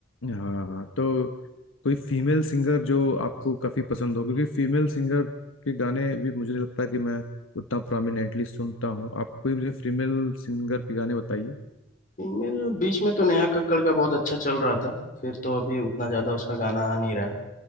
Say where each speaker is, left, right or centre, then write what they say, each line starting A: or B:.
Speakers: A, on the left; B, on the left.
A: हाँ हाँ तो कोई फीमेल सिंगर जो आपको काफी पसंद हो क्योंकि फीमेल सिंगर के गाने भी मुझे नहीं लगता कि मैं उतना प्रोमिनेंटली सुनता हूँ आप कोई मुझे फीमेल सिंगर के गाने बताइए
B: फीमेल बीच में तो नेहा कक्कड़ का बहुत अच्छा चल रहा था फिर तो अभी उतना ज्यादा उसका गाना आ नहीं रहा है